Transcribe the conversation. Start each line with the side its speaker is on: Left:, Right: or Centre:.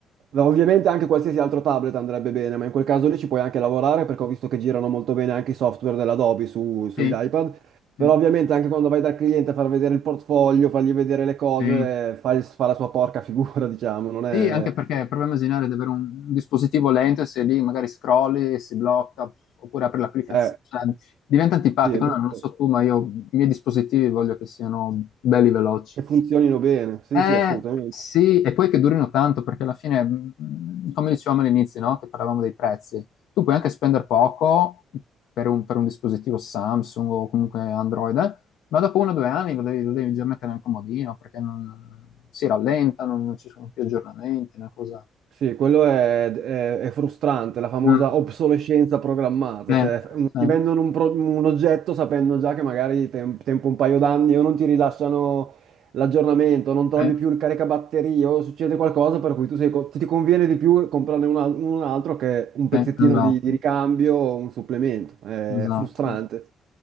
Right: Ovviamente anche qualsiasi altro tablet andrebbe bene, ma in quel caso lì ci puoi anche lavorare perché ho visto che girano molto bene anche i software dell'Adobe su- sugli
Left: sì,
Right: iPad. Però
Left: sì,
Right: ovviamente anche quando vai dal cliente a far vedere il portfolio, fargli vedere le cose,
Left: sì.
Right: fa, il- fa la sua porca figura, <laughs> diciamo, non è...
Left: Sì, anche perché proviamo a immaginare di avere un un dispositivo lento e se lì magari scrolli e si blocca, pff, oppure apri l'applicazione,
Right: eh,
Left: cioè, diventa antipatico.
Right: sì, è brutto.
Left: No, non so tu, ma io i miei dispositivi voglio che siano belli veloci.
Right: Che funzionino bene, sì,
Left: Eh,
Right: sì, assolutamente.
Left: sì, e poi che durino tanto, perché alla fine, mh, come dicevamo all'inizio, no? Che parlavamo dei prezzi, tu puoi anche spendere poco per un, per un dispositivo Samsung o comunque Android, eh, ma dopo uno o due anni lo devi, lo devi già mettere nel comodino, perché non, si rallenta, non, non ci sono più aggiornamenti, una cosa...
Right: Sì, quello è, è- è frustrante, la famosa
Left: Mm,
Right: obsolescenza programmata,
Left: eh,
Right: cioè f- mm,
Left: sì,
Right: ti vendono un, pro- un oggetto sapendo già che magari tem- tempo un paio d'anni o non ti rilasciano l'aggiornamento, non trovi
Left: eh,
Right: più il caricabatterie o succede qualcosa per cui tu sei co- ti conviene di più comprarne un, al- un altro che un pezzettino
Left: sì, esatto,
Right: di, di ricambio o un supplemento. È
Left: esatto.
Right: frustrante,